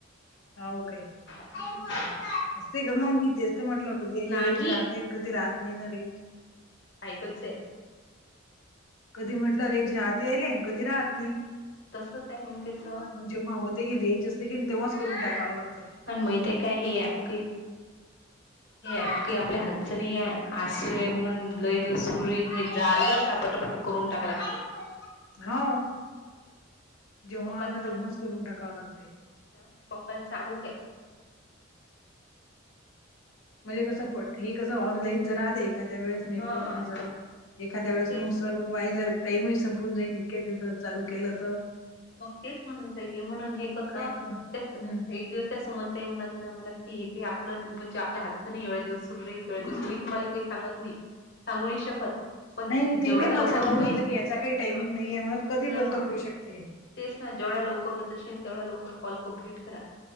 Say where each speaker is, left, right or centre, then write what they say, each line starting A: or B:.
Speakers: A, on the left (about 85°); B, on the left (about 55°).
A: हा ओके.
B: आई बोल
A: असते ग मग मी तेस्त म्हटलं कधीले
B: नाही.
A: रेंज राते कधी राहत नाही ना रेज
B: कच्च आहे.
A: कधी म्हटलं रेंज राहते येले कधी राहत नाही.
B: तसच आहे मग त्याच
A: मग जेव्हा होते कि रेंज असते कि तेव्हाच
B: हे
A: करून टाकाव लागतात ते.
B: आणि माहित आहे काय ही ॲप घे.
A: <inaudible>
B: हे ॲप काही आपल्या हातचं नाही आहे आज सुरू आहे म्हणून लय दिवस सुरू राहील हे झालं का पटापटा करून टाका लागतेय.
A: हाव जेव्हा
B: पप्पाला
A: आलं
B: सांगू
A: तेव्हाच
B: काय
A: करून टाकावं लागतय.
B: हा पप्पाला सांगू काय?
A: म्हणजे कसं प हे कसं ऑनलाईन जरा आता एखाद्या वेळेस नेटवर्क
B: हा
A: नाही झालं एखाद्या वेळेस
B: तेच
A: मग सर्व वाया जाईल. टाईम संपून जाईन इतक्याच दिवसात चालू केलं तर.
B: मग तेच म्हणून राहिली म्हणून हे कसं
A: काय पण
B: तसं
A: हम्म
B: एक दिवस त्या सुमन ताईना पण कळेल म्हणत की हे काही आपलं म्हणजे आपल्या हातचं नाही एवढ्या दिवस सुरू राहील तेवढ्या दिवस मी तुम्हाले काही सांगत नाही
A: <inaudible>
B: सांगू नाही शकत पण
A: नाही नाही ते
B: जेवढ्या
A: नाही मला
B: लवकर
A: सांगितलं
B: होईल
A: होत की याचा काही टायमिंग
B: हा
A: नाहीे म्हणून कधीही
B: हा
A: बंद पडू शकते हे
B: तेच ना जेवढ्या लवकर होत असेल तेवढ्या लवकर कॉल कम्प्लीट करा